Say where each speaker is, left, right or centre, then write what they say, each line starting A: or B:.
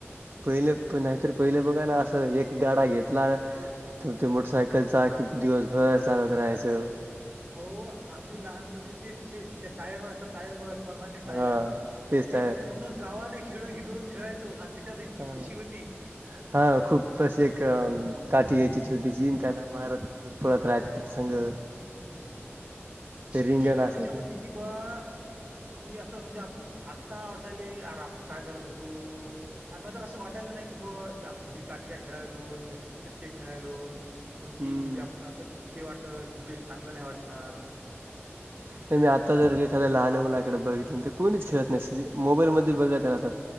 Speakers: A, on the right; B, on the right.
A: पहिले नाहीतर पहिले बघा ना असं एक गाडा घेतला तर ते मोटरसायकल चाक दिवसभर चालत राहायचं
B: हो आम्ही लहानपणी ते जे त्या टायर वरच टायर बघा तुम्हाला महित आहे ना
A: हा
B: टायर
A: तेच
B: ते
A: टायर
B: पूर्ण गावाने खेळ हिंडवून खेळायचो आणि त्याच्यात इतकी
A: हा
B: खुशी
A: हा
B: होती.
A: हा खूप अशी एक अ काठी घ्यायची छोटीशी त्याला मारत मारत पळत राहत त्याच्या संग
B: हम्म अशी
A: ते रिंगण
B: खुशी होती
A: असायचं
B: त्याच्यामधी कि बा कि असं म्हणजे आपुण आत्ता वाटालय यार आपण काय करत होतो आणि मग तर असं वाटायचं नाही की बा आपण ही काठी काय खेळायलो अन् चक्के खेळायलो कोणतीही
A: हम्म.
B: म्हणजे आपण असं हे वाटत बे चांगलं नाही वाटणार
A: नाही मी आत्ता जर एखाद्या लहानं मुलाकडं बघितलं ते कोणीच खेळत नाही सगळी मोबाईल मध्ये बघत राहतात